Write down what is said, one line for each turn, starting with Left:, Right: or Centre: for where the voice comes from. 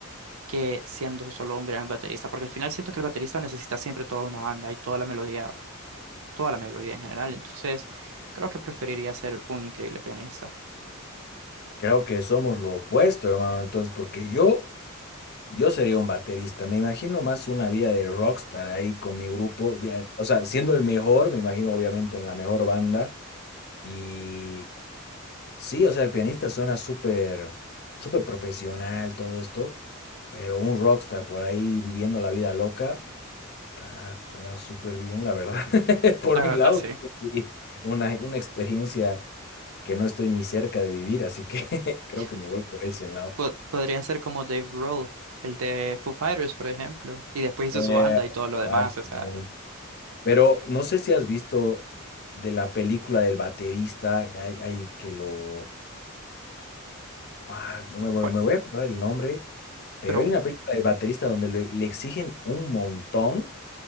Right: que siendo solo un gran baterista, porque al final siento que el baterista necesita siempre toda una banda y toda la melodía, toda la melodía en general, entonces creo que preferiría ser un increíble pianista.
Left: Creo que somos lo opuesto, hermano. Entonces, porque yo, yo sería un baterista. Me imagino más una vida de rockstar ahí con mi grupo. de- o sea, siendo el mejor, me imagino obviamente en la mejor banda. Y sí, o sea, el pianista suena súper, súper profesional, todo esto. Pero un rockstar por ahí viviendo la vida loca, ta, suena súper bien, la verdad. <laughs> Por
Right: La
Left: mi
Right: verdad,
Left: lado,
Right: sí.
Left: sí, una, una experiencia que no estoy ni cerca de vivir, así que <laughs> creo
Right: <laughs>
Left: que me voy por ese lado.
Right: Po- podría ser como Dave Grohl, el de Foo Fighters, por ejemplo, y después hizo
Left: Eh,
Right: su banda y todo lo demás,
Left: exactamente.
Right: o sea,
Left: Pero
Right: sí.
Left: no sé si has visto de la película del baterista, que hay, hay que lo... Ah, no me, me-
Right: Cual-
Left: me voy a acordar el nombre, pero
Right: Pero
Left: hay una película del baterista donde le, le exigen un montón,